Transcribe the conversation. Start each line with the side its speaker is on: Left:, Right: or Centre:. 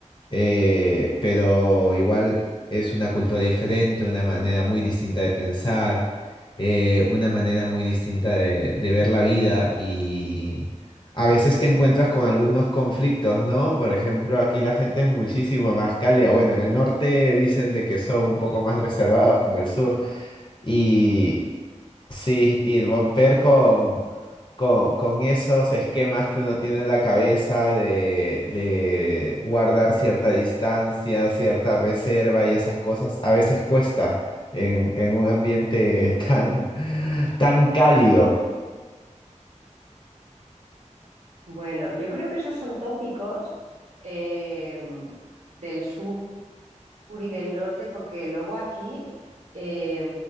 Left: eh, pero igual es una cultura diferente, una manera muy distinta de pensar, eh, una manera muy distinta de, de ver la vida y a veces te encuentras con algunos conflictos, ¿no? Por ejemplo, aquí la gente es muchísimo más cálida. Bueno, en el norte dicen de que son un poco más reservados que en el sur y, Sí, y romper con, con, con esos esquemas que uno tiene en la cabeza de, de guardar cierta distancia, cierta reserva y esas cosas, a veces cuesta en, en un ambiente <laughs> tan, tan cálido.
Right: <laughs> Bueno, yo creo que esos son tópicos eh, del sur. y del norte, porque luego aquí, eh,